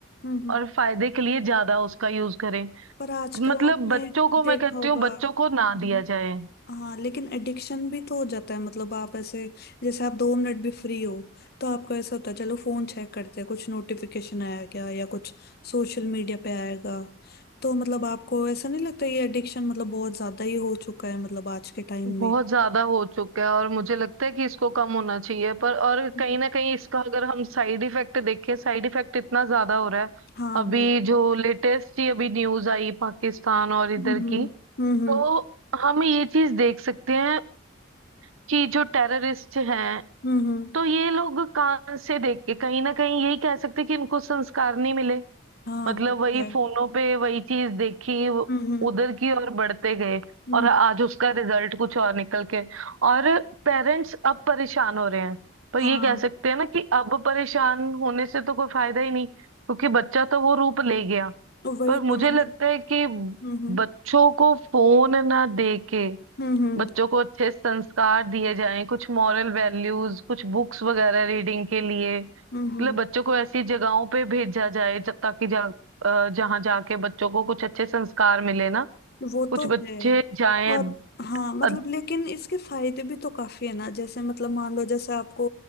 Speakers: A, on the left; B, on the right.
A: हम्म, हम्म।
B: और फायदे के लिए ज्यादा उसका यूज करें
A: पर आजकल
B: मतलब
A: आपने
B: बच्चों को
A: देखा
B: मैं कहती
A: होगा
B: हूँ बच्चों
A: हम्म
B: को ना दिया
A: हम्म।
B: जाए
A: हाँ लेकिन एडिक्शन भी तो हो जाता है मतलब आप ऐसे जैसे आप दो मिनट भी फ्री हो तो आपको ऐसा होता है चलो फोन चेक करते हैं कुछ नोटिफिकेशन आया क्या या कुछ सोशल मीडिया पे आएगा तो मतलब आपको ऐसा नहीं लगता ये एडिक्शन मतलब बहुत ज्यादा ही हो चुका है मतलब आज के टाइम में
B: बहुत ज्यादा हो चुका है और मुझे लगता है कि इसको कम होना चाहिए पर और
A: हम्म।
B: कहीं ना कहीं इसका अगर हम साइड इफेक्ट देखें साइड इफेक्ट इतना ज्यादा हो रहा है
A: हाँ
B: अभी
A: वही
B: जो लेटेस्ट ही अभी न्यूज आई पाकिस्तान और इधर
A: हम्म
B: की
A: हम्म हम्म
B: तो हम ये चीज देख सकते हैं कि जो टेररिस्ट हैं
A: हम्म
B: तो ये लोग कहाँ से देख के कहीं ना कहीं यही कह सकते हैं कि इनको संस्कार नहीं मिले
A: हाँ
B: मतलब
A: वो तो
B: वही
A: है
B: फोनों पे वही चीज देखी वो-
A: हम्म हम्म
B: उधर की ओर बढ़ते गए
A: हम्म,
B: और आज उसका रिजल्ट कुछ और निकल के और पेरेंट्स अब परेशान हो रहे हैं पर
A: हाँ
B: ये कह सकते हैं ना कि अब परेशान होने से तो कोई फायदा ही नहीं क्योंकि बच्चा तो वो रूप ले गया
A: वही
B: पर मुझे
A: तो मतलब
B: लगता है कि
A: हम्म हम्म
B: बच्चों को फोन ना दे के
A: हम्म हम्म
B: बच्चों को अच्छे संस्कार दिए जाएं कुछ मॉरल वैल्यूज कुछ बुक्स वगैरह रीडिंग के लिए
A: हम्म
B: मतलब बच्चों को ऐसी जगहों पे भेजा जाए जब ताकि जा, अ, जहाँ जाके बच्चों को कुछ अच्छे संस्कार मिले ना
A: वो
B: कुछ
A: तो
B: बच्चे
A: है
B: जाएं
A: और हाँ मतलब
B: अ,
A: लेकिन इसके फायदे भी तो काफी है ना जैसे मतलब मान लो जैसे आपको